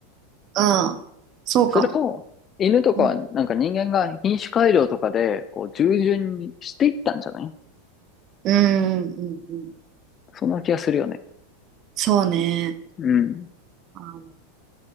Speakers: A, on the right; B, on the left.
A: ああ、そうかも。
B: それを、犬とか、
A: うん。
B: なんか人間が品種改良とかで、こう、従順にしていったんじゃない
A: うん、うん、うんうんうんうん
B: そんな気がするよね。
A: そうね。
B: うん。
A: あの、